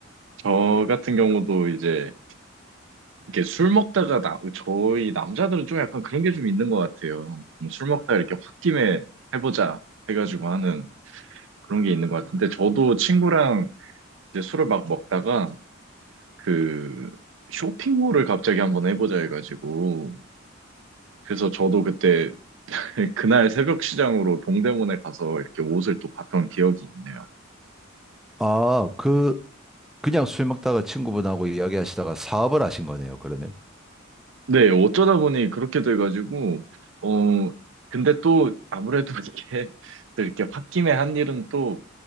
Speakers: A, on the right; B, in the centre.
A: 저 같은 경우도 이제 이렇게 술 먹다가 나, 저희 남자들은 좀 약간 그런 게 좀 있는 것 같아요. 음, 술 먹다가 이렇게 홧김에 해보자 해가지고 하는 그런 게 있는 것 같은데 저도 친구랑 이제 술을 막 먹다가 그 쇼핑몰을 갑자기 한번 해보자 해가지고 그래서 저도 그때 <laughs> 그날 새벽 시장으로 동대문에 가서 이렇게 옷을 또 봤던 기억이 있네요.
B: 아, 그, 그냥 술 먹다가 친구분하고 이야기하시다가 사업을 하신 거네요, 그러면.
A: 네, 어쩌다 보니 그렇게 돼가지고 어 근데 또 아무래도 <laughs> 이렇게 또 이렇게 홧김에 한 일은 또